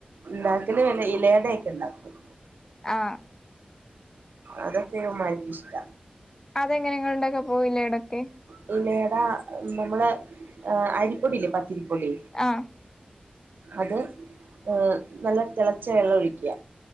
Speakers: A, on the right; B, on the left.
A: ഉണ്ടാക്കല് ഇലയുട ആയ്ട്ട് ഉണ്ടാക്കും
B: ആ
A: അതൊക്കെ ഉ്മാക്ക് ഇഷ്ട
B: അതെങ്ങനങ്ങളുടെൊക്കെ പോയില്ല ഇട
A: പിന്നെടാ നമ്മള് അരിപ്പൊടില്ലേ പത്തിരി കുടി
B: ആ
A: അത് ഏ നല്ല തിളച്ച വെള്ളം ഒഴിക്കുക